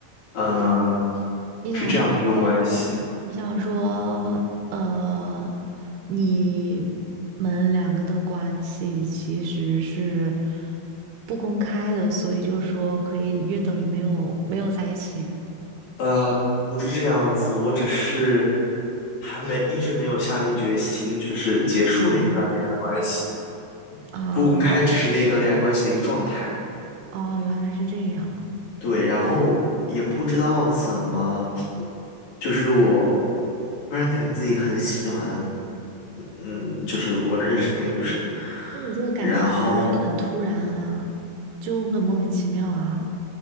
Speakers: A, on the left; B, on the right.
A: 嗯、
B: 你想说，
A: 是这样的一个关系。
B: 你想说，呃，你们两个的关系其实是不公开的，所以就说可以约等于没有没有在一起
A: 呃，不是这样子，我只是。还没一直没有下定决心，就是结束那一段恋爱关系，
B: 啊。
A: 不公开只是那一段恋爱关系的一个状态。
B: 哦，原来是这样。
A: 对，然后也不知道怎么，就是我突然感觉自己很喜欢，嗯，就是我认识的那个女生，
B: 那你这个感情来的就很突然啊，
A: 然后
B: 就很莫名其妙啊。